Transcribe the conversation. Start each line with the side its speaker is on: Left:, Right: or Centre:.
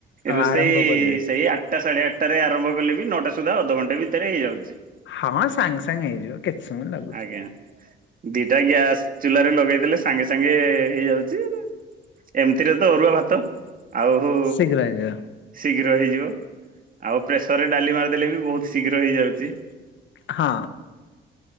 Left: ଆଉ
Right: ରୋଷେଇ
Left: ଆରମ୍ଭ କରିବେ
Right: ସେଇ ଆଠ ଆଠଟା ସାଢେ ଆଠଟାରେ ଆରମ୍ଭ କଲେ ବି ନଅଟା ସୁଧା ଅଧଘଣ୍ଟା ଭିତରେ ହେଇଯାଉଛି।
Left: ହଁ ସାଙ୍ଗ ସାଙ୍ଗ ହେଇଯିବ। କିଛି ସମୟ ଲାଗ
Right: ଆଜ୍ଞା ଦିଟା ଗ୍ୟାସ୍ ଚୁଲାରେ ଲଗେଇ ଦେଲେ ସାଙ୍ଗେ ସାଙ୍ଗେ ହେଇଯାଉଛି। ଏମିତିରେ ତ ଅରୁଆ ଭାତ ଆଉ
Left: ଶୀଘ୍ର ହେଇଯିବ
Right: ଶୀଘ୍ର ହେଇଯିବ ଆଉ ପ୍ରେସରରେ ଡାଲି ମାରିଦେଲେ ବି ବହୁତ ଶୀଘ୍ର ହେଇଯାଉଛି।
Left: ହଁ।